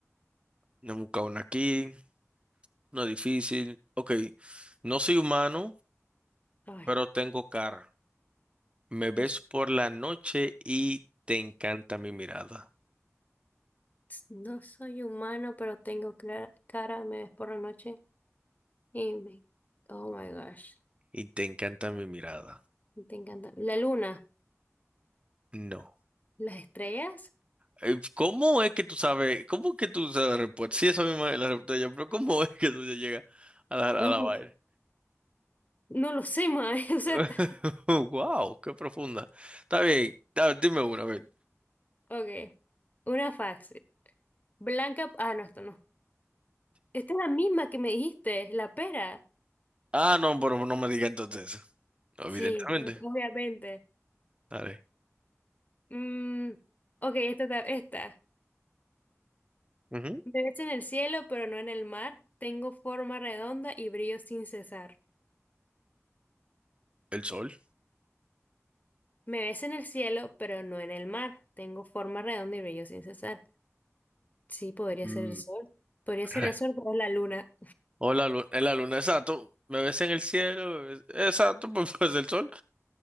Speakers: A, on the right (about 25°); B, on the left (about 35°).
A: me he buscado una aquí, una difícil. Ok, no soy humano,
B: Ay.
A: pero tengo cara. Me ves
B: no
A: por la noche y te encanta mi mirada.
B: No soy humano, pero tengo clara- cara, me ves por la noche y me... Oh my gosh,
A: Y te encanta mi mirada.
B: te encanta. La luna,
A: No.
B: las estrellas,
A: Eh, ¿Cómo es que tú sabes? ¿Cómo es que tú sabes la respuesta? Sí, esa misma es la respuesta yo, pero ¿cómo es que tú llegas a la, a
B: no,
A: la vaina?
B: no lo sé, mae. <laughs> O sea,
A: <laughs>
B: ta-
A: Wow, qué profunda. Está bien, está- dime una, a ver.
B: ok, una fax. Blanca, ah, no, esto no. Esta es la misma que me dijiste, la pera.
A: Ah, no, pero no me diga entonces. eso. Evidentemente.
B: Sí, obviamente.
A: Dale.
B: Mm, ok, esta, ta- esta.
A: Ujú,
B: Me ves en el cielo, pero no en el mar. Tengo forma redonda y brillo sin cesar.
A: El sol.
B: Me ves en el cielo, pero no en el mar. Tengo forma redonda y brillo sin cesar. Sí, podría
A: Mm.
B: ser el sol. Podría
A: <laughs>
B: ser el sol, pero es la luna.
A: O la luna, la luna, exacto. Me ves en el cielo, me ves- exacto, <laughs> pues, pues, el sol.